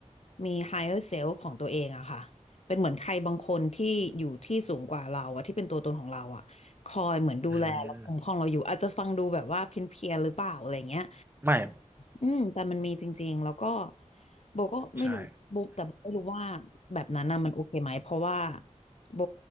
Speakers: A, on the left; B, on the right.
A: มี higher self ของตัวเองอะค่ะเป็นเหมือนใครบางคนที่อยู่ที่สูงกว่าเราอะที่เป็นตัวตนของเราอะคอยเหมือนดูแลและคุ้มครองเราอยู่อาจจะฟังดูแบบว่าเพี้ยนๆหรือเปล่าอะไรเงี้ย
B: อืมไม่
A: อืมแต่มันมีจริงๆแล้วก็โบก็ไม่รู้โบแต่โบไม่รู้ว่า
B: ใช่
A: แบบนั้นน่ะมันโอเคไหมเพราะว่าโบ